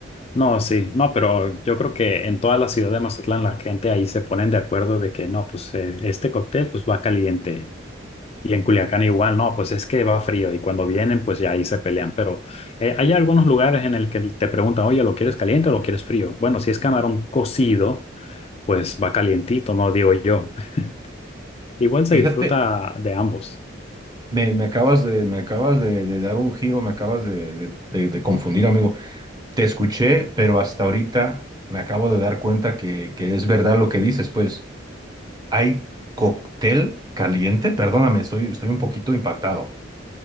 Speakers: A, on the left (about 30°); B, on the right (about 20°).
A: No, sí. No, pero yo creo que en toda la ciudad de Mazatlán la gente ahí se ponen de acuerdo de que no, pues eh, este cóctel pues va caliente Y en Culiacán igual, no, pues es que va frío y cuando vienen, pues ya ahí se pelean. Pero eh, hay algunos lugares en el que te preguntan, oye, ¿lo quieres caliente o lo quieres frío? Bueno, si es camarón cocido, pues va calientito, no digo yo. <laughs> Igual se
B: Fíjate,
A: disfruta de ambos.
B: Me, me acabas de, me acabas de, de dar un giro, me acabas de, de- de- de confundir, amigo. Te escuché, pero hasta ahorita me acabo de dar cuenta que, que es verdad lo que dices. Pues, ¿hay cóctel caliente? Perdóname, estoy, estoy un poquito impactado.